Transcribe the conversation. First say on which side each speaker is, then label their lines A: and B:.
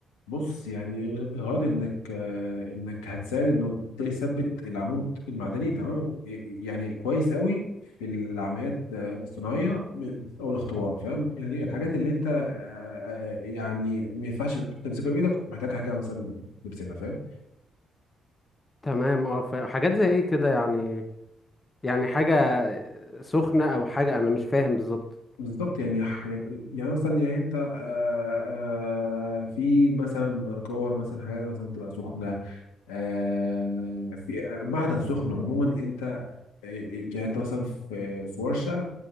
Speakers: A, on the left (about 75°); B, on the left (about 30°).
A: بص يعني غرض انك آه، انك هتساعد انه ده يثبت العمود المعدني تمام ي- يعني كويس قوي في العمليات آه، الصناعيه او الاختبار فاهم يعني الحاجات اللي انت آه، آه، يعني ما ينفعش تمسكها بايدك محتاج حاجه مثلا تمسكها فاهم
B: تمام اه فاهم حاجات زي ايه كده يعني يعني حاجة سخنة او حاجة انا مش فاهم بالظبط
A: بالظبط يعني ح- يعني مثلا يعني انت آه، آه، في مثلا كور مثلا حاجات مثلا تبقى سخنه آه، في آه، معدن سخن عموما انت يعني انت مثلا في في ورشه